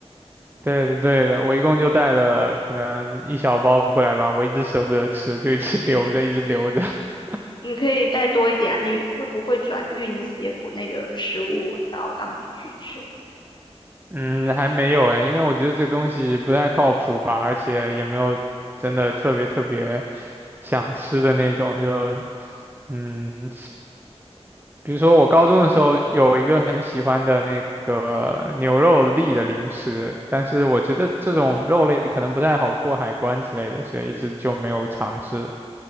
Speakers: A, on the right; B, on the left.
A: 对的对的，我一共就带了可能一小包过来吧，我一直舍不得吃，就一直留着，一直留着。<laughs>
B: 你可以带多一点啊，你会不会转运一些国内的食物到当地去吃？
A: 嗯，还没有哎，因为我觉得这个东西不太靠谱吧，而且也没有真的特别特别。想吃的那种，就嗯，比如说我高中的时候有一个很喜欢的那个牛肉粒的零食，但是我觉得这种肉类可能不太好过海关之类的，所以一直就没有尝试。